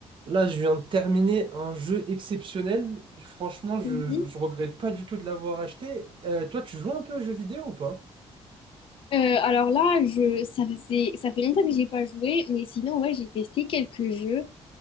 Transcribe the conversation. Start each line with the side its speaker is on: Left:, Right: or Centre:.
Right: Là, je viens de terminer un jeu exceptionnel. Franchement, je,
Left: Mhm.
Right: je regrette pas du tout de l'avoir acheté. Euh, toi, tu joues un peu aux jeux vidéo ou pas?
Left: Euh, alors là, je, ça faisait, ça fait longtemps que j'ai pas joué, mais sinon, ouais, j'ai testé quelques jeux.